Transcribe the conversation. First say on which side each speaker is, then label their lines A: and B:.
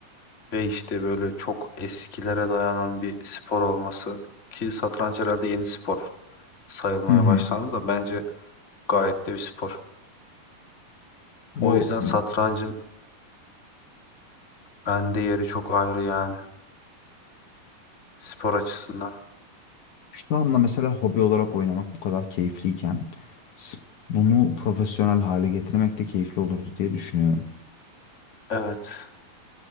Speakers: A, on the left (about 35°); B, on the left (about 65°).
A: ve işte böyle çok eskilere dayanan bir spor olması ki satranç herhalde yeni spor sayılmaya
B: Hı hı.
A: başlandı da bence gayet de bir spor.
B: O
A: O yüzden satrancın bende yeri çok ayrı yani spor açısından.
B: şu anda mesela hobi olarak oynamak bu kadar keyifliyken s- bunu profesyonel hale getirmek de keyifli olurdu diye düşünüyorum.
A: Evet.